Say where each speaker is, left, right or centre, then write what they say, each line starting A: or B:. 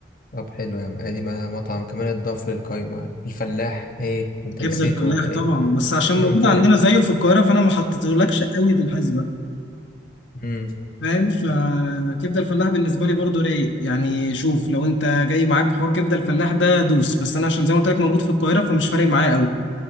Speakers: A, on the left; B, on the left.
A: طب حلو يا عم ادي ما- مطعم كمان اتضاف للقايمه الفلاح ايه انت
B: كبده
A: نسيته
B: الفلاح
A: ولا
B: طبعا
A: ايه
B: بس عشان
A: <laughs>
B: موجود عندنا زيه في القاهره فانا ما حطيتهولكش قوي في الحسبه
A: امم
B: فاهم فكبده الفلاح بالنسبه لي برضو رايق يعني شوف لو انت جاي معاك حوار كبده الفلاح ده دوس بس انا عشان زي ما قلت لك موجود في القاهره فمش فارق معايا قوي